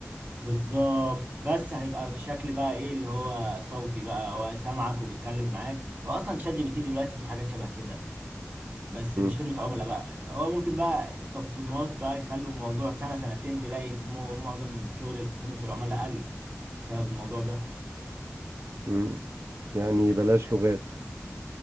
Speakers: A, on the right; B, on the right.
A: بالظبط بس هيبقى في شكل بقى ايه اللي هو صوتي بقى هو سامعك وبيتكلم معاك واصلا شات جي بي تي دلوقتي في حاجات شبه كده بس
B: مم.
A: مش خدمة عملاء بقى هو ممكن بقى التطويرات بقى يخلوا الموضوع سنة سنتين تلاقي مو- معظم شغل خدمة العملاء قل بسبب الموضوع ده
B: مم. يعني بلاش لغات